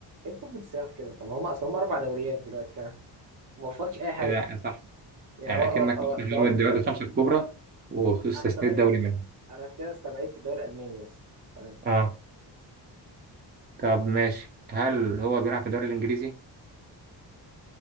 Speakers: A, on the right; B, on the right.
A: ايه قمة السقف كده طب ما هم اصلا هم اربع دوريات دلوقتي فاهم ما وفرتش اي حاجة
B: إيه ده صح
A: يعني
B: يعني
A: هو
B: أكنك
A: هو هو
B: قلت
A: الدوري
B: إن هو من الدوريات
A: الفرنسي
B: الخمسة الكبرى واستثنيت
A: انا سمعت
B: دوري
A: الد...
B: منها
A: انا كده استبعدت الدوري الالماني بس تمام
B: اه طب ماشي هل هو بيلعب في الدوري الإنجليزي؟